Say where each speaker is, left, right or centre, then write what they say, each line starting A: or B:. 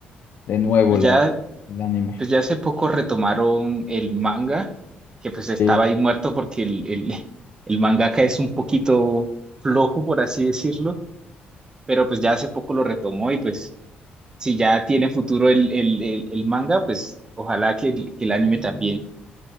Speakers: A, on the left (about 55°); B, on the right (about 20°).
A: de nuevo
B: Pues
A: la,
B: ya,
A: el anime.
B: pues ya hace poco retomaron el manga, que pues
A: Sí,
B: estaba ahí muerto porque el, el, el mangaka es un poquito flojo, por así decirlo pero pues ya hace poco lo retomó y pues si ya tiene futuro el, el, el, el manga, pues ojalá que, el que el anime también.